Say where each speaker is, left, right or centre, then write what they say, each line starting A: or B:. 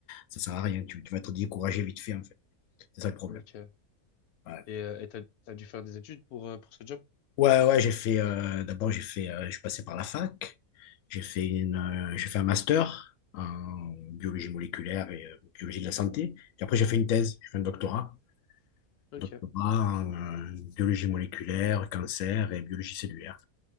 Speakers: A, on the left; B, on the left.
A: ça sert à rien. Tu, tu vas être découragé vite fait, en fait. C'est ça le problème.
B: ok.
A: Ouais,
B: Et euh, et t'as, t'as dû faire des études pour, euh, pour ce job?
A: ouais, ouais, j'ai fait, euh, d'abord, j'ai fait, euh, je suis passé par la fac, j'ai fait une, euh, j'ai fait un master en biologie moléculaire et euh, biologie de la santé, et après, j'ai fait une thèse,
B: Ok,
A: j'ai fait un doctorat.
B: ok,
A: doctorat en euh, biologie moléculaire, cancer et biologie cellulaire.